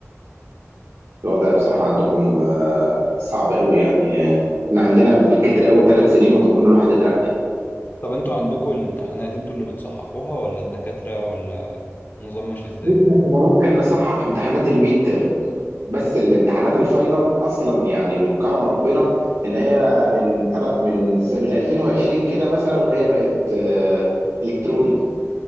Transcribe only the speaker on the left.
طب انتوا عندكم الامتحانات انتوا اللي بتصححوها ولا الدكاترة ولا النظام ماشي ازاي؟